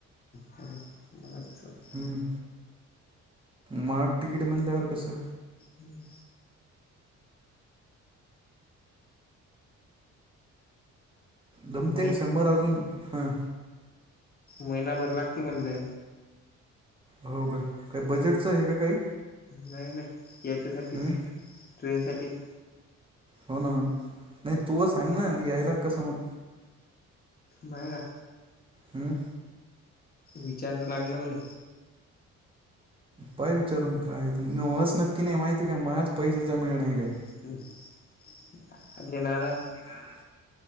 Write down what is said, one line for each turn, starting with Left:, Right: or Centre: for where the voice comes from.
Left: ह बालाे सर <unintelligible>
Right: हम्, महाग तिकीट म्हणल्यावर कसं?
Left: हम्म.
Right: दमते
Left: मै
Right: का शंभर अजून, हा.
Left: महिनाभर लागते म्हणले.
Right: हो का, काय बजेटचं आहे का काही?
Left: नाही नाही याच्यासाठीच
Right: हम्म
Left: ट्रेनसाठीच.
Right: हो ना नाही तू अ सांग ना, यायला कस मग?
Left: नाय का?
Right: हम्म.
Left: विचारयला लागेल ना मले.
Right: पाय विचारून, काय ते. मी वस नक्की नाही, माहिती काय. माह्याच पैशाचा मेळ नाही काय.
Left: ह <unintelligible>
Right: दादा.